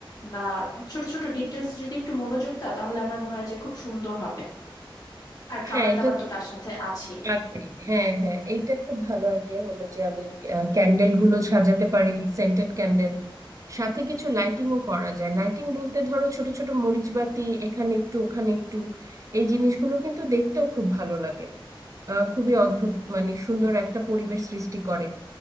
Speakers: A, on the left (about 45°); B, on the right (about 35°).
A: বা ছোট ছোট ডিটেলস যদি একটু মনোযোগ দাও তাহলে আমার মনে হয় যে খুব সুন্দর হবে আর খাবার
B: হ্যাঁ এটা
A: দাবার তো তার সাথে আছেই
B: আছে হ্যাঁ হ্যাঁ এইটা খুব ভালো আইডিয়া হলো যে আমি ক্যান্ডেল গুলো সাজাতে পারি সেন্টেড ক্যান্ডেল সাথে কিছু লাইটিংও করা যায় লাইটিং বলতে ধরো ছোট ছোট মরিচ বাতি এখানে একটু ওখানে একটু এই জিনিসগুলো কিন্তু দেখতেও খুব ভালো লাগে আহ খুবই অদ্ভুত মানে সুন্দর একটা পরিবেশ সৃষ্টি করে